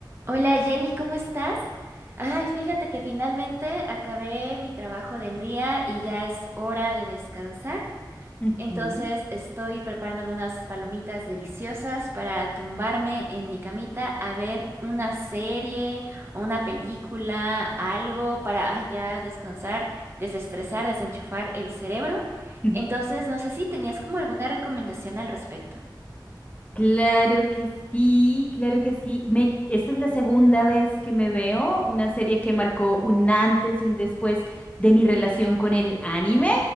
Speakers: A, on the right (about 30°); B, on the left (about 15°).
A: Hola Jenny, ¿cómo estás? Ay, fíjate que finalmente acabé mi trabajo del día y ya es hora de descansar.
B: Ujú.
A: Entonces estoy preparándome unas palomitas deliciosas para tumbarme en mi camita a ver una serie o una película, algo para ah, ya descansar, desestresar, desenchufar el cerebro.
B: <laughs>
A: Entonces, no sé si tenías como alguna recomendación al respecto.
B: Claro que sí, claro que sí. Me, esta es la segunda vez que me veo una serie que marcó un antes y un después de mi relación con el anime.